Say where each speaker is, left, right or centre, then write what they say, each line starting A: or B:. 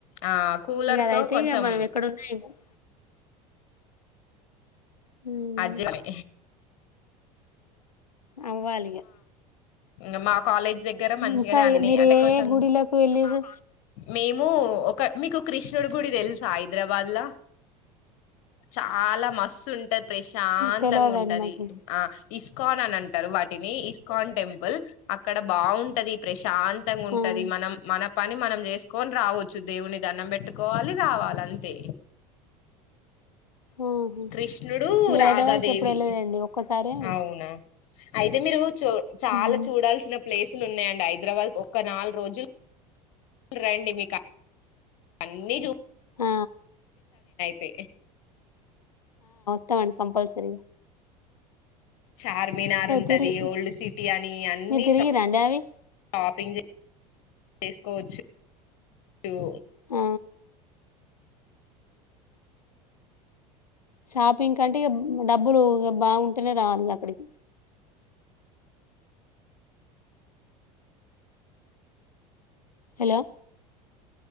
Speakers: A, on the left; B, on the left.
A: ఆ కూలర్
B: ఇగ అదైతే
A: తో కొంచెం
B: ఇగ మనం ఎక్కడన్నా ఎంగాద్ మ్
A: అజ్జుడాలే
B: అవ్వాలిగా
A: ఇంగ మా కాలేజ్ దగ్గర మంచిగానే
B: ఇంకా
A: అన్ని
B: ఏ మీరు
A: అంటే
B: ఏ
A: కొంచెం
B: ఏ గుడిలకు ఎల్లిన్రు?
A: మేము ఒక మీకు కృష్ణుడు గుడి తెలుసా హైదరాబాద్ లా? చాలా మస్తున్ట్ టది ప్రశాంతంగా
B: తెలవదండి
A: ఉంటది
B: మాకు
A: ఆ ఇస్కాన్ అని అంటరు వాటిని, ఇస్కాన్ టెంపుల్ అక్కడ బాగుంటది ప్రశ్ శాంతంగుంటది
B: అవును
A: మనం మన పన్ ని మనం చేసుకొని రావచ్చు, దేవుని దండం పెట్టుకోవాలి రావాలంతే.
B: ఆహా
A: కృష్ణుడు
B: నేను
A: రాధాదేవి
B: హైదరాబాద్కి ఎప్పుడు వెళ్ళలేండి ఒక్కసారే
A: అవునా అయితే మీరు చు చాలా
B: ఉమ్.
A: చూడాల్సిన ప్లేస్ ఫుల్లున్నయండి, హైదరాబాద్ కు ఒక్క నాల్ల్రోజులు రండి మీకా అన్ని జూప్
B: ఆ
A: తే
B: తం అండి కంపల్సరిగా
A: చార్మినార్ ఉంటది
B: తిరిగి
A: ఓల్డ్ సిటీ అని అన్ని
B: మీరు తిరిగిరండి
A: షాప్
B: అవి
A: షాపింగ్ జే చేస్కోవచ్చు రూ
B: ఆ షాపింగ్ కంటే ఇగ డబ్బులు ఇగ బాగుంటేనే రావాలిగా అక్కడికి. హలో